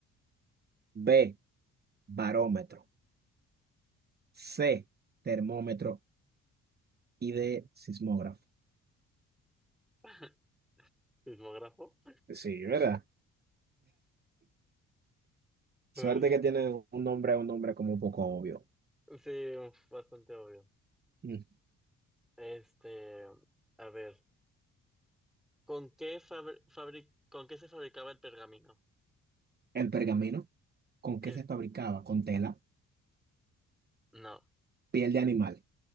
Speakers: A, on the right; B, in the centre.
A: B, barómetro. C, termómetro. Y D, sismógrafo.
B: <laughs> ¿Sismógrafo?
A: Sí, ¿verdad? Suerte
B: Es-
A: que tiene un nombre, un nombre como un poco obvio.
B: Sí, bastante obvio.
A: Mm.
B: Este, a ver, ¿con qué fabri- fabri- con qué se fabricaba el pergamino?
A: El pergamino, ¿con qué
B: Sí,
A: se fabricaba? Con tela,
B: no,
A: piel de animal.